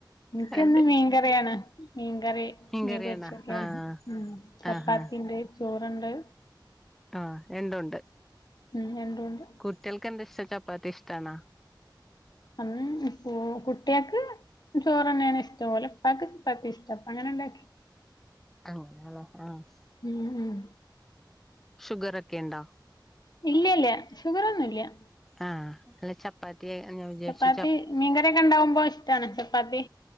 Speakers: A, on the left; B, in the centre.
A: എനിക്കെന്നും
B: അതെ
A: മീൻകറിയാണ് മ്- കറി
B: മീൻകറിയാണോ
A: മീൻ പൊരിച്ച ഒക്കെ ഒ
B: ആഹ്
A: മ് ചപ്പാത്തി
B: ആഹ്
A: ഇണ്ട്- ചോറൊണ്ട്-
B: ആഹ് രണ്ടുമൊണ്ട്
A: ഉം രണ്ടുണ്ട്
B: കുട്ടികൾക്ക് എന്താ ഇഷ് ചപ്പാത്തിഷ്ടാണാ?
A: ആ കു കുട്ടികക്ക് ചോറ് തന്നെയാണ് ഇഷ്ടം ഓല ഉപ്പാക്ക് ചപ്പാത്തി ഇഷ്ടം അങ്ങനെ ഇണ്ടാക്കി-
B: അങ്ങനാ ഒള്ളെ ആഹ്-
A: ഉം ഉം
B: ഷുഗർ ഒക്കെണ്ടോ?
A: ഇല്ലി ഇല്ല ഷുഗറൊന്നുല്യാ-
B: ആഹ് അല്ല ചപ്പാത്തി ഞാൻ വിചാരിച്ചു
A: ചപ്പാത്തി, മീൻകറിയൊക്കെ ഉണ്ടാവുമ്പോ ഇഷ്ടാണ് ചപ്പാത്തി